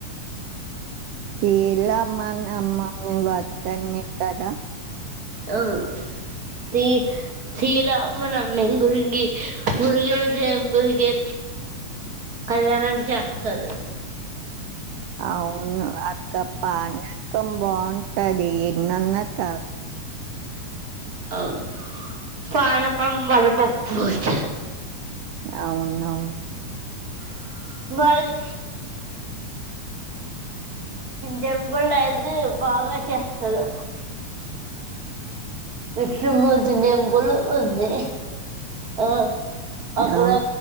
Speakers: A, on the right; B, on the right.
A: చల అమ్మ అమ్మమ్ మీ వతన్న కదా
B: అవు తీ తీలా అమ్మన మ గురింగి పురిగలు జబరిక కళ్యానం చేస్తు
A: అవును అక్క పానకం బాగావుంతది నాన్న కా
B: అవును పనక్క వడ పొప్పుచ్చ
A: అవును అవును
B: <inaudible> మళ్ళీ టెంపుల్ లేదు బాగాకతుారు <unintelligible> టెంపుల్ ఉంది ఆ అక్కడ
A: ఆమ